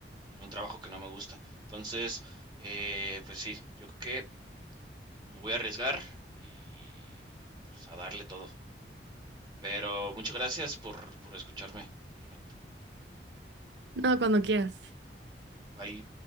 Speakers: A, on the right; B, on the right.
A: en un trabajo que no me gusta. Entonces, eh, pues sí, yo creo que me voy a arriesgar y pues a darle todo. Pero muchas gracias por, por escucharme, Junet.
B: No, cuando quieras.
A: Bye.